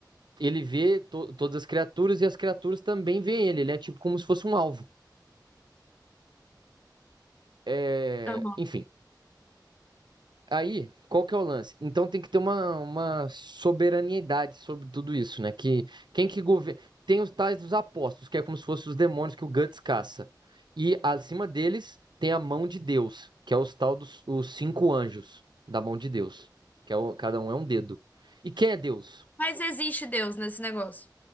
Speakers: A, on the right; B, on the left.
A: ele vê to- todas as criaturas e as criaturas também veem ele. Ele é tipo como se fosse um alvo. É,
B: aham.
A: enfim. Aí, qual que é o lance? Então tem que ter uma, uma soberaniedade sobre tudo isso, né? Que quem que governa. Tem os tais dos apóstolos, que é como se fossem os demônios que o Guts caça. E acima deles tem a mão de Deus, que é os tal dos os cinco anjos da mão de Deus, que é o- cada um é um dedo. E quem é Deus?
B: Mas existe Deus nesse negócio.